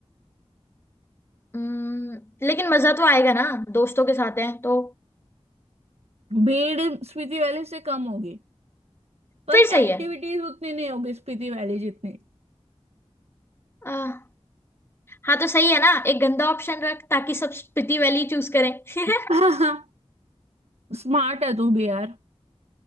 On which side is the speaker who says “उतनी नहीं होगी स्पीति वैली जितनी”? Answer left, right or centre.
Right